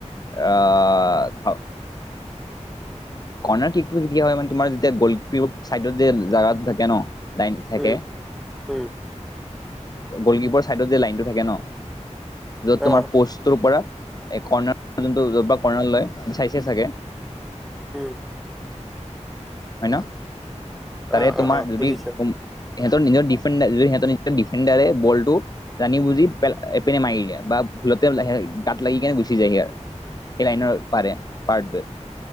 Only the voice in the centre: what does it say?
উম, উম,
অ',
উম।
অ',
অ', অ',
বুজিছো।